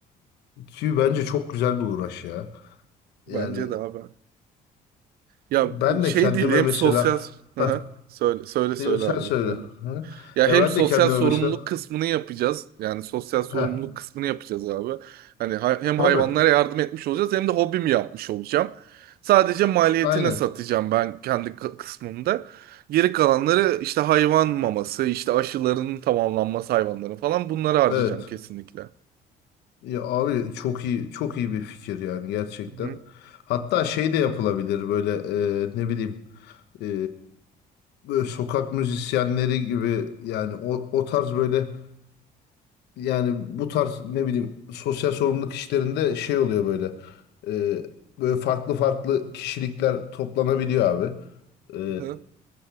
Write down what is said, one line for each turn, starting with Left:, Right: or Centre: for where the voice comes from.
Left: ki bence
Right: Hı hı.
Left: çok güzel bir uğraş ya. Yani
Right: Bence de abi. Ya
Left: ben
Right: şey
Left: de kendime
Right: değil hem
Left: mesela
Right: sosyal...
Left: <laughs>
Right: Hı
Left: ha,
Right: hı. Söyle söyle söyle
Left: e, sen
Right: abi.
Left: söyle.
Right: Böyle.
Left: Ha?
Right: Ya
Left: Ya
Right: hem
Left: ben
Right: sosyal
Left: de kendime
Right: sorumluluk
Left: mesela
Right: kısmını yapacağız. Yani sosyal sorumluluk
Left: ha,
Right: kısmını yapacağız abi. Hani hay- hem
Left: tabii
Right: hayvanlara yardım etmiş olacağız hem de hobimi yapmış olacağım. Sadece maliyetine
Left: aynen
Right: satacağım ben kendi kı- kısmımda. Geri kalanları işte hayvan maması, işte aşılarının tamamlanması hayvanların falan bunları harcayacağım
Left: evet.
Right: kesinlikle. Hı
Left: Ya abi çok iyi çok iyi bir fikir yani gerçekten.
Right: hı.
Left: Hatta şey de yapılabilir
Right: Hı
Left: böyle e, ne bileyim e, böyle sokak müzisyenleri gibi yani o, o tarz böyle yani bu tarz ne bileyim sosyal sorumluluk işlerinde şey oluyor böyle e, böyle farklı farklı kişilikler toplanabiliyor abi. E,
Right: hı.